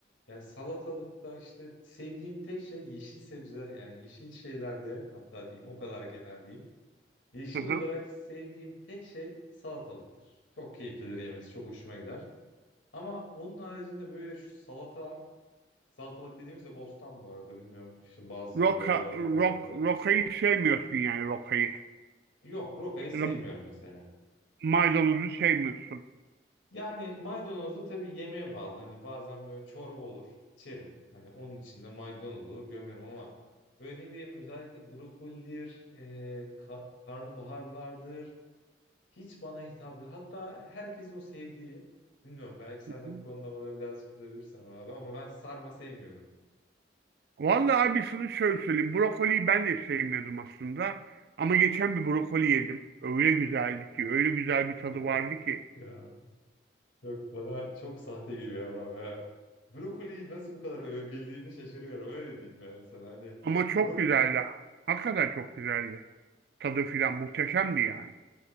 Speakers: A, on the left; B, on the right.
A: Yani salatalıkta işte sevdiğim tek şey yeşil sebze yani yeşil şeylerde hatta diyeyim o kadar genel diyeyim. Yeşil
B: Hı
A: olarak
B: hı.
A: sevdiğim tek şey salatalıktır. Çok keyiflidir yemesi, çok hoşuma gider. Ama onun haricinde böyle şu salata Salatalık dediğimizde bostan bu arada bilmiyorum. Şimdi bazı
B: Roka,
A: yörelerde
B: rok,
A: farklı.
B: rokayı sevmiyorsun yani rokayı.
A: Yok rokayı sevmiyorum
B: Ya da
A: mesela.
B: maydanozu sevmiyorsun.
A: Yani maydanoz da tabii yemeğe bağlı. Hani bazen böyle çorba olur içerim. Hani onun içinde maydanoz olur gömerim ama böyle ne bileyim özellikle brokolidir, e, ka- karnabaharlardır. Hiç bana hitap etmiyor. Hatta herkesin o sevdiği. Bilmiyorum belki sen
B: Hı
A: de
B: hı.
A: bu konuda bana biraz kızabilirsin abi ama ben sarma sevmiyorum.
B: Vallahi abi sana şöyle söyleyeyim. Brokoliyi ben de sevmiyordum aslında. Ama geçen bir brokoli yedim. Öyle güzeldi ki. Öyle güzel bir tadı
A: Ya
B: vardı ki.
A: ya. Yok bana çok sahte geliyor ama ya. Brokoliyi nasıl bu kadar övebildiğini şaşırıyorum öyle diyeyim yani sana hani
B: Ama çok
A: brok
B: güzeldi. Hakikaten çok güzeldi. Tadı filan muhteşemdi yani.